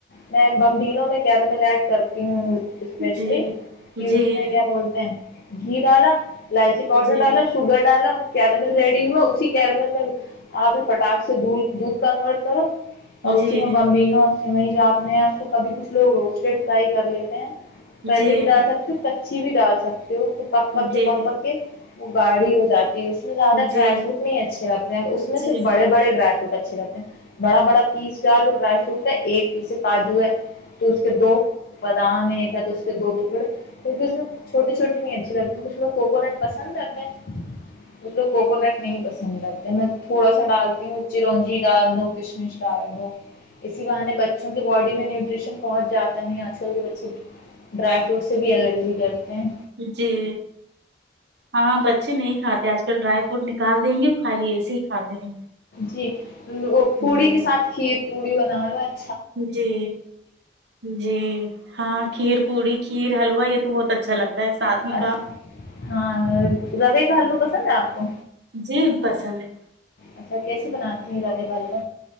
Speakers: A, on the left; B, on the right.
A: میں بمبینوں میں کیرامل ایڈ کرتی ہوں اسپیشلی
B: جی جی جی
A: کہ اس میں کیا بولتے ہیں گیتال لائچی پؤڈر
B: جی
A: ڈالا شوگر ڈالا کیرمل ریڈی ہوا اسی کیرمل آپ نے پٹاخ سے د دودھ کنورٹ کرو
B: جی
A: اور
B: جی
A: اسی میں بمبینا وہیں جات میں ہیں اس کو کبھی کچھ لوگ روسٹیڈ فرائی کر لیتے ہیں ویسے
B: جی جی جی
A: بھی ڈال سکتے ہو اچھی بھی ڈال سکتے ہیں تو تو پکپ کے
B: جی
A: پکپا کے وہ گاڑی ہو جاتی اس میں زیادہ
B: جی
A: ڈرائی فروٹ نہیں اچھے لگتے اس میں
B: جی
A: صر بڑے بڑے ڈرائی اچھے لگتے ہیں بڑا بڑا پیس ڈالو ڈرائی فروٹ ہے ایک پیس ہے کاجو ہے تو اس کے دو بادام ایک ہے تو اس کے دو ٹکڑے کیونکہ اس میں چھوٹی چھوٹی نہیں اچھی لگتی کچھ لوگ کوکونٹ پسند کرے ہیں مل کوکنٹ نہیں پسند آ تمھیں تھوڑا سا ڈالتی ہوںچی رونجی ڈال دو کچھ نہیں اسٹار دو اسی باہ نے بچوں کے باڈی میں نیوٹری نیوٹریشن پہنچ جاتا نہیں آج کل کے بچے ڈرائی فروٹ سے بھی الرجی کرتے ہیں
B: جی ہاں بچے نہیں کھاتے آج کل ڈرائی فروٹ نکال دیں گے خالی ایسے ہی کھاتے ہیں
A: جی وہ پوڑی
B: جی
A: کے ساتھ کھیت اڑیناالوچ
B: جی جی ہاں کھیر پوڑی کھیر حلوا بہت اچھا لگتا ساتھ
A: اچھا
B: میں کہ
A: ہاں روے کا حلوہ پسند ہے آپ کو
B: جی پسند ہے
A: اچھا کیسے بنا رہ نہیں گلاب